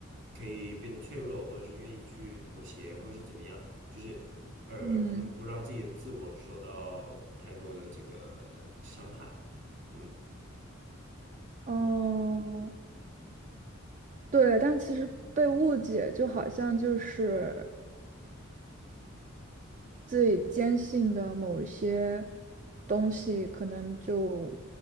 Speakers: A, on the right (about 60°); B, on the right (about 35°).
A: 可以变得脆弱，或者是愿意去妥协，或者是怎么样，就是。而而不不让自己的自我受到太多的这个伤害，
B: 嗯
A: 这种感觉。
B: 哦，
A: 嗯
B: 对，但其实被误解就好像就是自己坚信的某一些东西，可能就